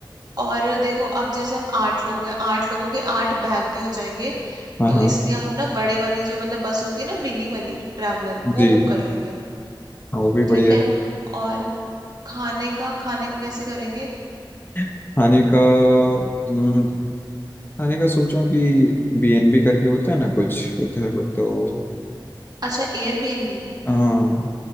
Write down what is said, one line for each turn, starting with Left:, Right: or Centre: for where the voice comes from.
Right: और देखो अब जैसे हम आठ लोग हैं आठ लोगों के आठ बैग भी हो जाएंगे
Left: हाँ
Right: तो
Left: हाँ
Right: इसलिए हम ना बड़े वाली जो मतलब बस होती है ना मिनी वाली ट्रैवलर वो
Left: जी
Right: बुक कर लेंगे
Left: हाँ वो भी बढ़िया
Right: ठीक है
Left: है
Right: और खाने का खाने का कैसे करेंगे
Left: खाने का हम्म, खाने का सोचा कि बी एन बी करके होता है ना कुछ उधर तो
Right: अच्छा एयरबीएनबी
Left: हाँ